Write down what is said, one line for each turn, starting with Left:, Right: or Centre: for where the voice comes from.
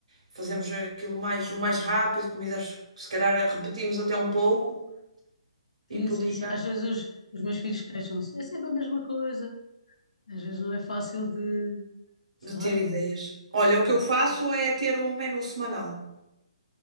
Right: Fazemos aquilo mais, o mais rápido, comidas que se calhar repetimos até um pouco e
Left: Sim,
Right: podia
Left: sim, sim. Às vezes os, os meus filhos queixam-se. É sempre a mesma coisa. Às vezes não é fácil de, sei
Right: de ter
Left: lá, de
Right: ideias. Olha, o que
Left: Fazer
Right: eu faço
Left: coisas e-
Right: é ter um menu semanal.